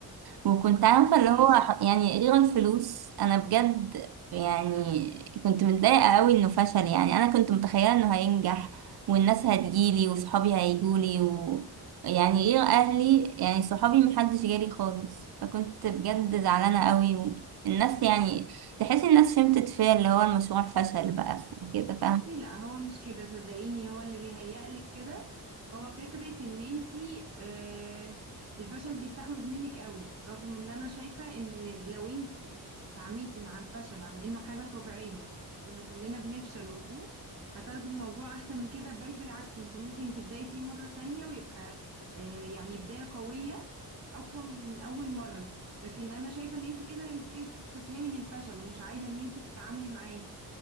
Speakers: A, on the right (about 75°); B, on the right (about 40°).
A: وكنت عارفه اللي
B: ماشي
A: هو ح- يعني غير الفلوس انا بجد يعني كنت متضايقه قوي انه فشل يعني انا كنت متخيله انه هينجح والناس هتجيلي وصحابي هيجولي و يعني غير اهلي يعني صحابي محدش جالي خالص فكنت بجد زعلانه قوي والناس يعني تحس الناس فهمت فيا اللي هو المشروع فشل بقى وكده فاهم
B: بصي لا هو مش كده صدقيني هو اللي بيهيألك كده هو فكرة ان انتي آه الفشل بيستحوذ منك قوي رغم ان انا شايفة ان لو انتي اتعاملتي مع الفشل على انه حاجة طبيعية وان كلنا بنفشل ونقوم هتاخدي الموضوع احسن من كده بل بالعكس انت ممكن تبداي فيه مرة تانية ويبقى آه يعني بداية قوية اقوى من اول مرة لكن انا شايفة ان انتي كده انتي كده بتستسلمي للفشل ومش عايزة ان انتي تتعاملي معاه